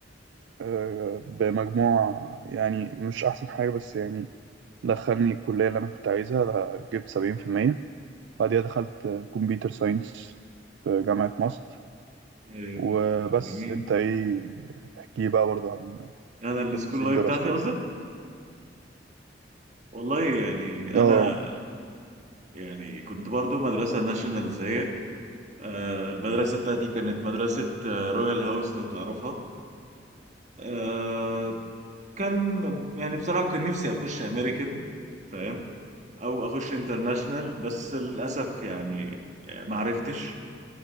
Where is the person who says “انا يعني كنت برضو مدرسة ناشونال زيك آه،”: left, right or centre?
Right